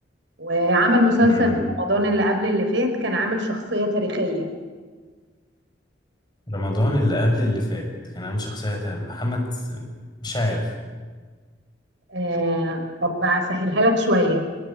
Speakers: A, on the right (about 80°); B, on the left (about 25°).
A: وعمل مسلسل
B: مم.
A: في رمضان اللي قبل اللي فات كان عامل شخصية تاريخية
B: رمضان اللي قبل اللي فات كان عامل شخصية تانية. محمد س- مش عارف
A: آه طب أسهلها لك شوية